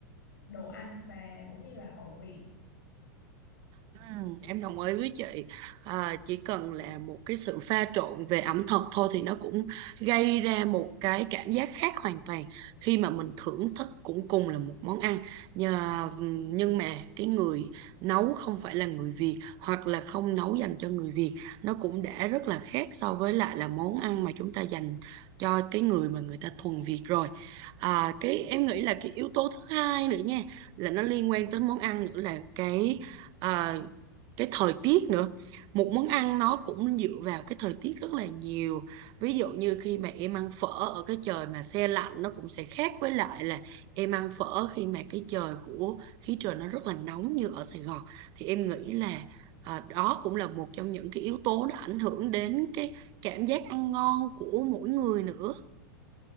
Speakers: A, on the left; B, on the right.
A: đồ ăn và cũng như là khẩu vị
B: Ừm, em đồng ý với chị à, chỉ cần là một cái sự pha trộn về ẩm thực thôi thì nó cũng gây ra một cái cảm giác khác hoàn toàn khi mà mình thưởng thức cũng cùng là một món ăn Nhờ, nhưng mà cái người nấu không phải là người Việt hoặc là không nấu dành cho người Việt nó cũng đã rất là khác so với lại là món ăn mà chúng ta dành cho cái người mà người ta thuần Việt rồi à, cái em nghĩ là cái yếu tố thứ hai nữa nha là nó liên quan tới món ăn nữa là cái à, cái thời tiết nữa một món ăn nó cũng dựa vào cái thời tiết rất là nhiều ví dụ như khi mà em ăn phở ở cái trời mà se lạnh nó cũng sẽ khác với lại là em ăn phở khi mà cái trời của khí trời nó rất là nóng như ở Sài Gòn thì em nghĩ là à, đó cũng là một trong những cái yếu tố nó ảnh hưởng đến cái cảm giác ăn ngon của mỗi người nữa